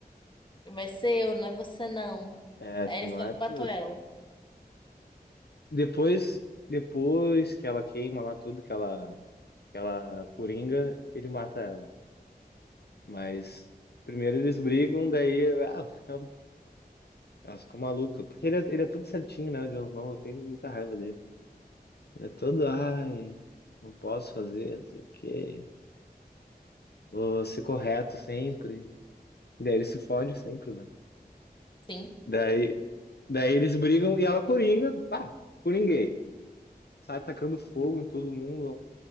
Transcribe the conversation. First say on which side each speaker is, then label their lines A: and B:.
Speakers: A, on the left; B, on the left.
A: Vai ser eu, não é você não.
B: É,
A: Aí
B: tu
A: ele
B: não
A: falou
B: é
A: que
B: tudo.
A: matou ela.
B: Depois, depois que ela queima lá tudo, que ela, que ela coringa, ele mata ela. Mas. Primeiro eles brigam, daí ah, fica Ela fica maluca. Porque ele é, ele é todo certinho, né? O Jon Snow. Eu tenho muita raiva dele. Ele é todo, ai, não posso fazer, não sei o quê. Vou ser correto sempre. Daí ele se fode sempre, né?
A: Sim,
B: Daí, daí eles brigam e ela coringa, pá, coringuei. Sai tacando fogo em todo mundo.